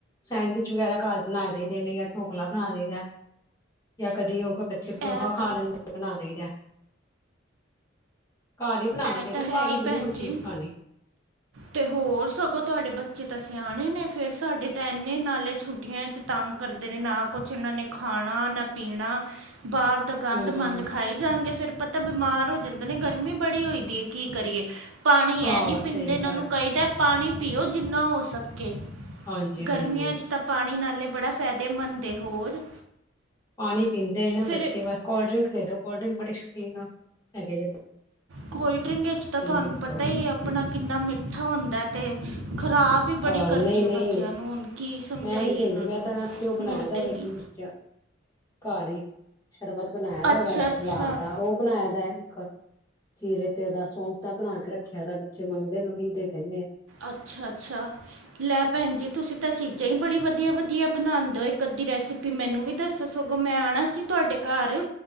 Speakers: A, on the left; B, on the right.
A: ਸੈਂਡਵਿਚ ਵਗੈਰਾ ਘਰ ਬਨਾ ਦੇਈ ਦੇ ਨੇ ਜਾਂ ਢੋਕਲਾ ਬਨਾ ਦੇਈ ਦਾ। ਜਾਂ ਕਦੀ ਓ ਬੱਚੇ ਪੋਹਾ
B: ਇਹ
A: ਖਾ
B: ਤਾਂ
A: ਲੈਂਦੇ ਨੇ ਬਨਾ ਦੇਈਦਾ। ਘਰ ਈ ਬਨਾ ਕੇ
B: ਇਹ
A: ਦੇਈਦੈ
B: ਤਾਂ
A: ਕਦੇ
B: ਹੈ
A: ਬਾਰ
B: ਹੀ
A: ਦੀ
B: ਭੈਣ
A: ਨੀ ਕੋਈ
B: ਜੀ
A: ਚੀਜ਼ ਖਾਨੀ।
B: ਤੇ ਹੋਰ ਸਗੋਂ ਤੁਆਡੇ ਬੱਚੇ ਤਾਂ ਸਿਆਨੇ ਨੇ ਫੇਰ ਸਾਡੇ ਤਾਂ ਐਨੇ ਨਾਲੇ ਛੁ ਟੀਆਂ ਚ ਤੰਗ ਕਰਦੇ ਨੇ ਨਾ ਕੁਛ ਏਨਾਂ ਨੇ ਖਾਨਾ ਨਾ ਪੀਨਾ ਬਾਰ ਤਾਂ ਗੰਦ
A: ਹੂੰ
B: ਮੰੰਦ ਖਾਈ ਜਾਣਗੇ, ਫੇਰ ਪਤਾ ਬਿਮਾਰ ਹੋ ਜਾਂਦੇ ਨੇ, ਗਰਮੀ ਬੜੀ ਹੋਈਦੀ ਹੈ ਕੀ ਕਰੀਏ। ਪਾਣੀ ਐ
A: ਆਹ
B: ਨੀ
A: ਸਹੀ
B: ਪੀਂਦ
A: ਗੱਲ
B: ਪਾਣੀ ਪੀਣ, ਜਿਨ੍ਹਾਂ ਹੋ ਸਕੇ।
A: ਹਾਂਜੀ ਹਾਂਜੀ
B: ਗਰਮੀਆਂ 'ਚ ਤਾਂ ਪਾਣੀ ਨਾਲੇ ਬੜਾ ਫਾਇਦੇਮੰਦ ਏ, ਹੋਰ।
A: ਪਾਣੀ ਪੀਂਦੇ ਨਾ
B: ਫਿਰ
A: ਬੱਚੇ, ਬਸ ਕੋਲਡ ਡਰਿੰਕ ਦੇ ਦੋ, ਕੋਲਡ ਡਰਿੰਕ ਬੜੇ ਸ਼ੌਕੀਨ ਆ ਹੈਗੇ ਜ।
B: ਕੋਲਡ ਡਰਿੰਕ ਵਿੱਚ ਤਾਂ ਤੁਹਾਨੂੰ
A: ਨੂੰ
B: ਪਤਾ ਹੀ ਹੈ, ਆਪਣਾ ਕਿੰਨਾ ਮਿੱਠਾ ਹੁੰਦਾ ਤੇ ਖਰਾਬ ਵੀ ਬੜੀ
A: ਆਹ
B: ਕਰਦੀ
A: ਨਹੀਂ
B: ਹੈ
A: ਨਹੀਂ
B: ਬੱਚਿਆਂ ਨੂੰ, ਹੁਣ ਕੀ ਸਮਝਾਈਏ
A: ਮੈਂ ਨੀ ਦਿੰਦੀ
B: ਇਹਨਾਂ
A: ਮੈਂ
B: ਨੂੰ,
A: ਤਾਂ ਨਾਸਤੇ ਉਹ ਬਣਾਇਆ
B: ਮੁੜਦੇ
A: ਦਾ ਵੇ
B: ਨੀ।
A: ਜੂਸ ਘਰ ਹੀ, ਸ਼ਰਬਤ ਬਣਾਇਏ ਦਾ
B: ਅੱਛਾ
A: ਉਹਦਾ
B: ਅੱਛਾ
A: ਗੁਲਾਬ ਦਾ, ਉਹ ਬਣਾਇਏ ਦਾ, ਇੱਕ ਜੀਰੇ ਤੇ ਉਹਦਾ ਸੌਫ ਦਾ ਬਣਾ ਕੇ ਰੱਖ ਖਿਆ ਦਾ ਬੱਚੇ ਮੰਗਦੇ ਨੇ, ਉਹੀ ਦੇ ਦਿੰਦੇ ਆਾਂ।
B: ਅੱਛਾ- ਅੱਛਾ। ਲੈ ਭੈਣ ਜੀ, ਤੁਸੀਂ ਤਾਂ ਚੀਜ਼ਾਂ ਹੀ ਬੜੀ ਵਧੀਆ- ਵਧੀਆ ਬਣਾਂਦੇਓ, ਇੱਕ ਅੱਧੀ ਰੈਸਪੀ ਵੀ ਮੈਨੂੰ ਵੀ ਦੱਸੋ ਸਗੋਂ, ਮੈਂ ਆਉਣਾ ਸੀ ਤੁਹਾਡੇ ਘਰ